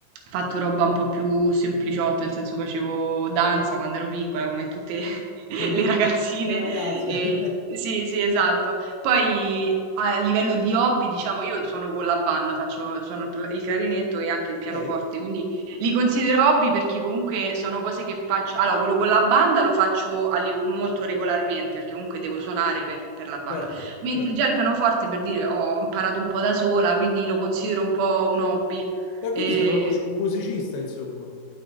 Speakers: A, on the right (about 85°); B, on the left (about 85°).
A: fatto roba un po' più sempliciotta, nel senso facevo danza quando ero piccola, come tutte <laughs>
B: come
A: le
B: tutte
A: ragazzine
B: le ragazze.
A: e
B: <laughs>
A: sì, sì, esatto. Poi a livello di hobby, diciamo, io suono con la banda, faccio suono il pla il clarinetto e anche
B: Ok,
A: il pianoforte, quindi li considero hobby perché comunque sono cose che faccio allora quello con la banda lo faccio a li molto regolarmente, perché comunque devo suonare per per la banda.
B: certo,
A: Mentre
B: certo.
A: già il pianoforte, per dire, ho imparato un po' da sola, quindi lo considero un po' un hobby.
B: Ma quindi
A: E,
B: sei una mu- musicista, insomma.